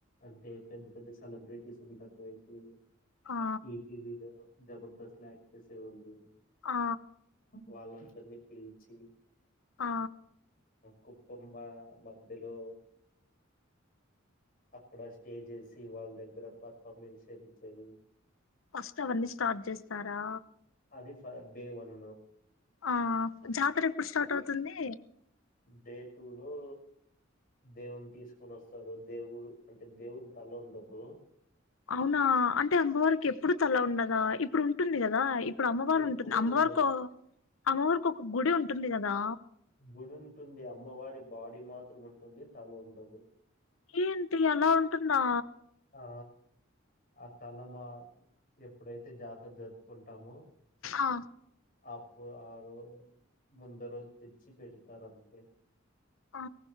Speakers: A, on the left; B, on the left.
A: అంటే పెద్ద పెద్ద సెలబ్రిటీస్ ఉంటారు ఒకవైపు
B: ఆ
A: ఈతి విద జబర్దస్త్ లో యాక్ట్ చేసేవొళ్ళు
B: ఆ
A: వాళ్ళందరినీ పిలిచి
B: ఆ
A: కుప్పమ్మ మధ్యలో అక్కడ స్టేజ్ వేసి వాళ్ళ దగ్గర పర్ఫార్మెన్స్ చేపించేది.
B: ఫస్ట్ అవన్నీ స్టార్ట్ చేస్తారా
A: అది ఫ డే వన్
B: ఆ జాతర ఎప్పుడు స్టార్ట్ అవుతుంది.
A: డే టూ లో దేవుని తీసుకోని వస్తారు దేవుడు అంటే దేవుని తల ఉండదు
B: అవునా అంటే అమ్మవారికి ఎప్పుడు తల్ల ఉన్నద్ దా ఇప్పుడు ఉంటుంది కదా ఇప్పుడు అమ్మవారు
A: ఎప్పుడూ
B: ఉంటుంది అమ్మవారికో
A: ఉండదు.
B: అమ్మవారికి ఒక గుడి ఉంటుంది కదా
A: గుడి ఉంటుంది అమ్మవడి బాడీ మాత్రం ఉంటుంది తల ఉండదు
B: ఏంటి అలా ఉంటుందా
A: ఆ ఆ తలమా ఎప్పుడైతే జాతర జరుపుకుంటామో
B: ఆ
A: అప్పు ఆ రో ముందు రోజు తెచ్చి పెడతారు అంతే
B: ఆ